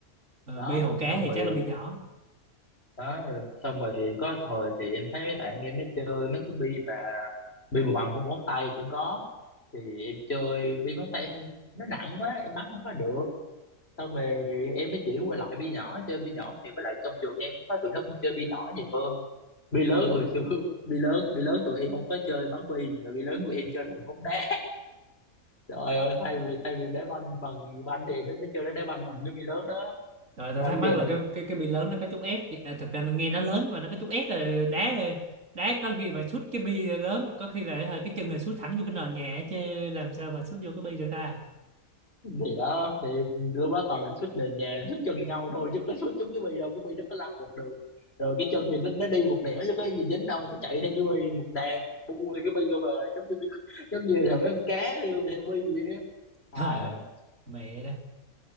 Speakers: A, on the right; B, on the left.
A: ờ,
B: đó
A: bi hậu cá
B: xong
A: thì
B: rồi
A: chắc là bi nhỏ
B: đó rồi xong rồi có thời thì em thấy mấy bạn em nó chơi mấy cái bi mà bi mà bằng một ngón tay cũng có thì em chơi bi ngón tay em nó nặng quá em bắn không có được xong rồi em mới chuyển qua lại bi nhỏ chơi bi nhỏ thì với lại trong trường em có tụi nó cũng chơi bi nhỏ nhiều hơn bi lớn
A: ừ.
B: hồi xưa <laughs> bi lớn bi lớn tụi em không có chơi bắn bi mà bi lớn của em chơi là bóng đá trời ơi thay vì thay vì đá banh bằng banh thì nó, nó chơi đá banh bằng cái bi lớn đó
A: Rồi tao
B: à,
A: thắc
B: lúc
A: mắc
B: giờ
A: là cái cái cái bi lớn nó có chút ép à, thực ra nó nghe nó lớn nhưng mà nó có chút ép là đá đá có khi mà sút cái bi lớn có khi là hả, cái chân này sút thẳng vô cái nền nhà ấy chứ làm sao mà sút vô cái bi được ta
B: thì đó thì lúc đó toàn là suýt nền nhà suýt chân nhau thôi chứ có suýt trúng cái bi đâu cái bi nó có lăn một đường rồi cái chân thì nó, nó đi một nẻo chứ có gì dính đâu cái chạy theo cái bi một đàn bu thì cái bi vô bờ giống như giống như là mấy con cá theo theo bi vậy á
A: trời
B: hài lắm
A: ơi, mẹ đó